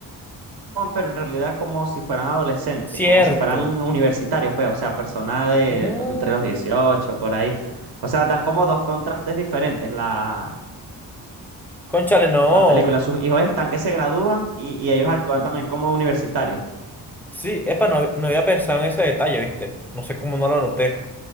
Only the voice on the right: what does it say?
Juan, pero en realidad como si fueran adolescentes,
como si fueran universitarios, pues, o sea, personas de
entre los 18 por ahí. O sea, dan como dos contrastes diferentes la,
la película. Sus hijos están que se gradúan y, y ellos actúan también como universitarios.